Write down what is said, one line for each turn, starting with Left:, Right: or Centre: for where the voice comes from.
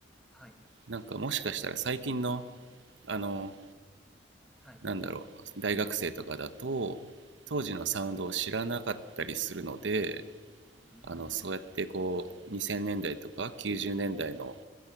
Centre: はい
Right: なんかもしかしたら最近のあの
Centre: はい
Right: なんだろう大学生とかだと当時のサウンドを知らなかったりするので
Centre: うんうん
Right: あのそうやってこう2000年代とか90年代の